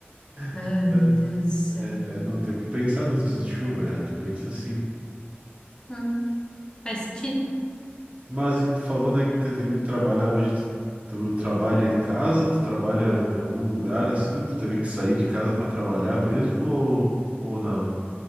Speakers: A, on the left; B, on the right.
A: Ai,
B: <laughs>
A: meu
B: É,
A: Deus do céu.
B: é, é não ter o que pensar nos dias de chuva, é, tu pensa assim,
A: Hum, faz sentido.
B: Mas e tu falou, né, que tu tem que trabalhar hoje. Tu, tu trabalha em casa, ou tu trabalha em algum lugar assim? Tu teve que sair de casa para trabalhar mesmo ou, ou não?